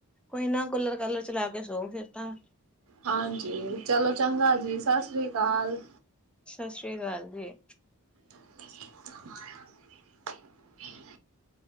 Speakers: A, in the centre; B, on the right.
A: ਕੋਈ ਨਾ ਕੂਲਰ ਕਾਲਰ ਚਲਾ ਕੇ ਸੋ ਫਿਰ ਤਾਂ
B: ਹਾਂਜੀ ਚਲੋ ਚੰਗਾ ਜੀ ਸਤਿ ਸ੍ਰੀ ਅਕਾਲ
A: ਸਤਿ ਸ੍ਰੀ ਅਕਾਲ ਜੀ
B: <inaudible>